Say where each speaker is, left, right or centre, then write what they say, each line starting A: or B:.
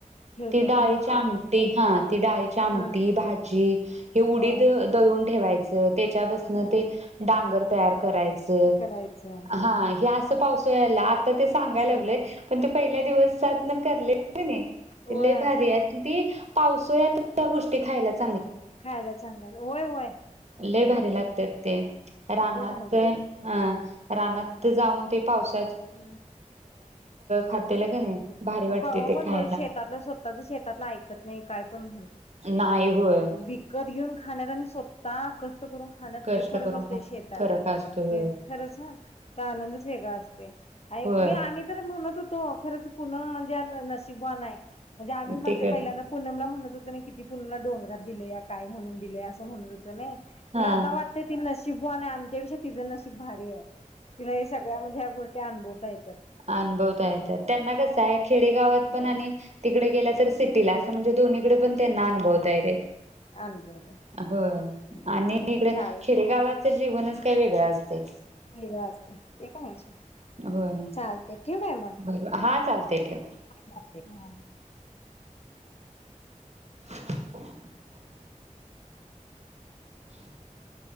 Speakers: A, on the left; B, on the right.
A: ठेवतात
B: ती डाळीच्या
A: मग
B: आमटी हा ती डाळीची आमटी
A: हा
B: भाजी हे उडीद
A: होय
B: दळून ठेवायचं. हो त्याच त्या पासणं
A: ह
B: ते डांगर तयार करायचं
A: तर करायचं
B: हा हे असं पावसुळ्याला आता ते सांगाय
A: असं
B: लागलोय पण ते पहिल्या दिवसातनं करलंय कने
A: होय
B: ते लई भारी हाय ती पावसुळ्यात ह्या गोष्ट ते खायलाच
A: खायला चांगल्या वय, वय
B: लई भारी लागत्यात ते रानात
A: भारी
B: अ
A: लागतात
B: रानात ते जाऊन ते पाऊसा
A: हा
B: खातेलं का नाही भारी
A: हा
B: वाटते
A: कवा
B: ते
A: पण
B: खायला
A: बघ शेतातलं स्वतःच शेतातलं ऐकत नाय काय पण म्हण तेण
B: नाही होय
A: विकत घेऊन खाण्यात आणि स्वता क करून खाण्यात
B: कष्ट
A: लई फरक
B: करून
A: असतोय
B: खाण
A: शेतात
B: फरक असतो होय
A: ते खरच हं त आनंदच वेगळा अस मी
B: होय
A: आम्ही तर म्हणत होतो खरंच पुणं न म्हणजे नशिबानाय म्हणजे आम्ही म्हणजे
B: तिकड
A: पहिल्यांदा पूनमला म्हणत होतो तसं नाही किती पुनीला डोंगरात दिलया, काय म्हणून दिलय असं म्हणत होता नइ
B: हा
A: खरं आता वाटतय तीन बवानाय आमच्यापेक्षा तिज नशीब भारी हाय तिला ह्या सगळ्या म्हणजे या गोष ते अनभवता येतं
B: अनभवता येत्यात त्यांना कसं हाय खेडेगावात
A: होय
B: पण आणि तिकडे गेल्या तर स तीटीला
A: होय
B: अस म्हणजे दोन्ही कड त्यांना अनुभवता
A: होय
B: येतय
A: अनुभव
B: होय
A: हम्म
B: आणि इकड
A: चाल
B: खेडेगाव जीवनच काही वेगळं असतंय
A: वेगळ असतय ते पण हाय सोड
B: होय
A: चाल ठेवू काय
B: बरोबर हा चालते ठेव
A: मग
B: <inaudible> <inaudible>